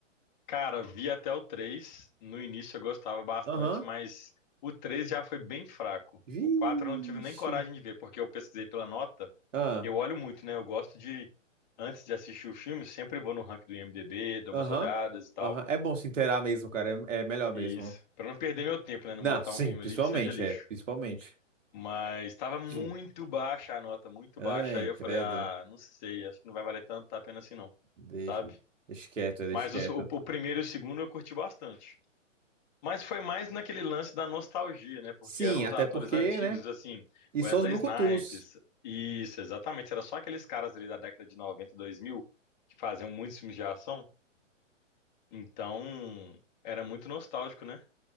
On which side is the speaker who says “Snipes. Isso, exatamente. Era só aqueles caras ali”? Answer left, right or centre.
Left